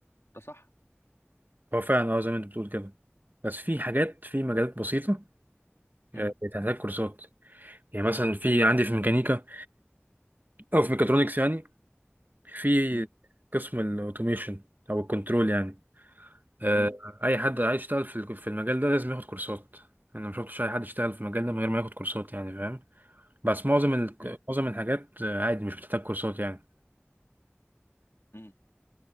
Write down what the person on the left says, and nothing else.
ده صح؟
مم.
مم.
مم.
مم.
مم.